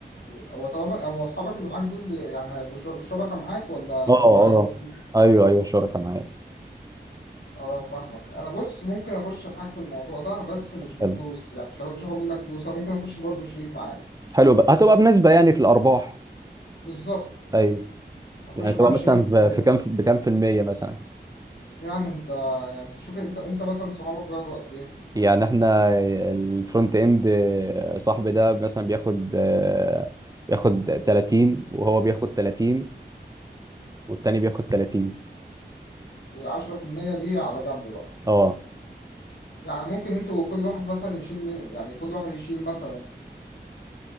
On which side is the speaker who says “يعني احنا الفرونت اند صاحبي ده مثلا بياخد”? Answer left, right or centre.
Right